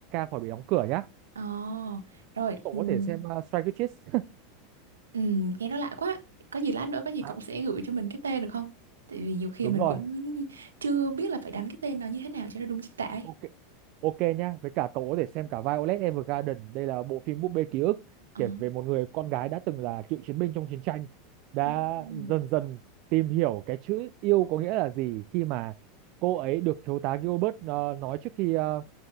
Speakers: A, on the right (about 50°); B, on the right (about 80°).
A: khỏi bị đóng cửa nhá.
B: Ồ, rồi
A: Cậu
B: ừm,
A: có thể xem uh, Strike Kids. <laughs>
B: ừm, nghe nó lạ quá. Có gì lát nữa có gì cậu
A: À,
B: sẽ gửi cho mình cái tên được không? Tại vì nhiều khi
A: đúng
B: mình
A: rồi.
B: cũng <laughs> chưa biết là phải đánh cái tên nó như thế nào cho nó đúng chính tả ấy.
A: Ok, Ok nhá, với cả cậu có thể xem cả Violet Evergarden. Đây là bộ phim búp bê ký ức
B: Ờ,
A: kể về một người con gái đã từng là cựu chiến binh trong chiến tranh, đã
B: Ừm, ừm,
A: dần dần tìm hiểu cái chữ yêu có nghĩa là gì khi mà cô ấy được thiếu tá Gilbert ờ, nói trước khi ờ,